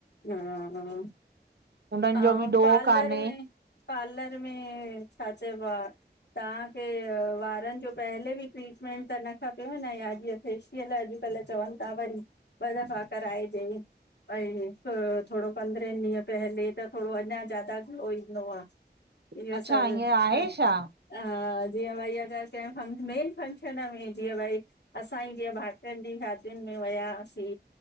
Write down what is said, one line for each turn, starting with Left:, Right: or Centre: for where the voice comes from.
Left: हा हा
Right: हुननि जो
Left: अंव
Right: बि ॾोह
Left: पार्लर
Right: कान्हे
Left: में पार्लर में छा चइबो आ तव्हांखे वारनि जो पहले बि ट्रीटमेंट त न खपेव न याॼअ फे फेशीअल अॼुकल्ह चवनि था भई ॿ दफ़ा कराइजे भई थोरो पंद्रहं ॾींहं पहले त थोरो अञा ज्यादा ग़लो ईंदो आ इहो
Right: अच्छा
Left: सभु
Right: ईअं आहे
Left: ह
Right: छा?
Left: हा जीअं भई अगर कें मेन फंक्शन में जीअं भई असां ई जीअं भाट्रन जी शादियुनि में वया आंसी